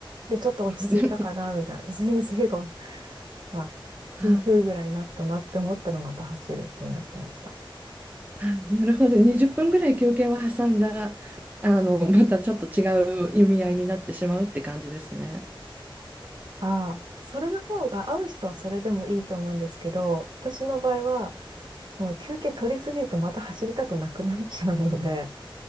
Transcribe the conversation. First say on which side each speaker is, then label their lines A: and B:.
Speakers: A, on the right; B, on the right.
A: で、ちょっと落ち着いたかな、
B: でも
A: みたいな。<laughs> 人生が、まあ、ふ婦ぐらいになったなって思ったらまた走るっていうのやってました。
B: <laughs> ああ、なるほど。20分ぐらい休憩を挟んじゃ、あの、またちょっと違う意味合いになってしまうって感じですね。
A: ああ、それの方が合う人はそれでもいいと思うんですけど、私の場合は、その休憩取りすぎるとまた走りたくなくなっちゃうので、